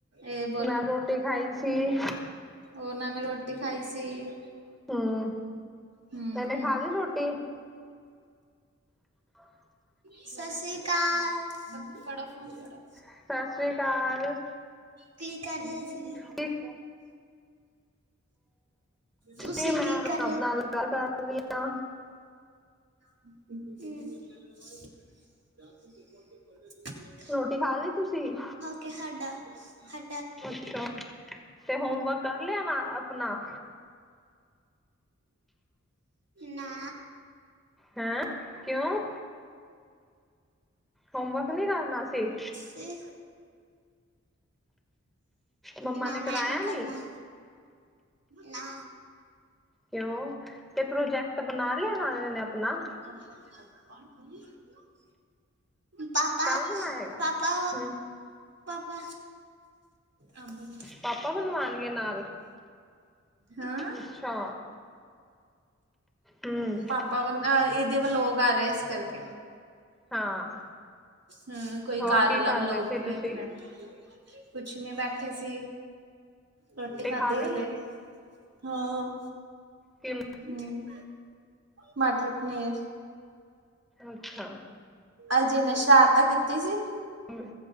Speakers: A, on the right; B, in the centre.
A: ਇਹ
B: ਮੈਂ ਰੋਟੀ ਖਾਈ ਸੀ।
A: ਓਹਨਾਂ ਨੇ ਰੋਟੀ ਖਾਈ ਸੀ।
B: ਹਮ
A: ਹੂੰ।
B: ਇਹਨੇ ਖਾ ਲਈ ਰੋਟੀ <unintelligible> <unintelligible>
A: ਸਤਿ ਸ੍ਰੀ ਅਕਾਲ। ਬਸ ਫੜੋ ਫੋਨ ਫੜੋ।
B: ਸਤਿ ਸ੍ਰੀ ਅਕਾਲ
A: ਕੀ ਕਰ ਰਹੇ ਸੀ?
B: ਠੀਕ
A: ਤੁਸੀਂ
B: ਨੀ ਮੈਂ
A: ਕੀ ਕਰ
B: ਪ੍ਰਭ ਨਾਲ ਗੱਲ ਕਰ ਰਹੀ ਆਂ।
A: ਹੂੰ।
B: ਰੋਟੀ ਖਾ ਲਈ ਤੁਸੀਂ?
A: ਕੇ ਹਾਡਾ ਹ
B: ਅੱਛਾ ਤੇ ਹੋਮਵਰਕ ਕਰ ਲਿਆ ਨਾ ਅਪਣਾ?
A: ਨਾ।
B: ਹੈਂ ਕਿਉਂ, ਹੋਮਵਰਕ ਨੀ ਕਰਨਾ ਸੀ?
A: ਏਹ।
B: ਮੰਮਾ
A: ਨਾ
B: ਨੇ
A: ਮੈਂ
B: ਕਰਾਇਆ
A: ਨਹੀਂ
B: ਨੀ।
A: ਕਰਨਾ ਨਾ।
B: ਕਿਉਂ, ਤੇ ਪ੍ਰੋਜੈਕਟ ਬਣਾ ਲਿਆ ਨਾ ਇਨੇ ਅਪਣਾ?
A: <unintelligible> <unintelligible> ਪਾਪਾ,
B: ਕੱਲ ਬਣਾਏਗਾ
A: ਪਾਪਾ।
B: ਹਮ
A: ਪਾਪਾ, ਆ ਬੋਲੋ।
B: ਪਾਪਾ ਬਣਵਾਣਗੇ ਨਾਲ।
A: ਹਾਂ।
B: ਅੱਛਾ ਹੂੰ
A: ਪਾਪਾ ਇਹਦੇ ਵਲੋਗ ਆ ਰਹੇ ਇਸ ਕਰਕੇ।
B: ਹਾਂ
A: ਹਮ ਕੋਈ
B: ਹੋਰ
A: ਕਾਰ
B: ਕੀ
A: ਅਲਾ
B: ਕਰ
A: ਵਲੋਗ
B: ਰਹੇ ਸੀ
A: ਵੇਖ
B: ਤੁਸੀਂ
A: ਰਹੇ। ਕੁਛ ਨੀ ਬੈਠੇ ਸੀ, ਰੋਟੀ ਖਾਦੀ
B: ਖਾ ਲਈ
A: ਹਲੇ। ਹਾਂ।
B: ਕਿ।
A: ਹੂੰ ਮਟਰ ਪਨੀਰ।
B: ਅੱਛਾ।
A: ਅੱਜ ਇਨੇ ਸ਼ਰਾਰਤਾ ਕੀਤੀ ਸੀ?
B: ਮੰਮੀ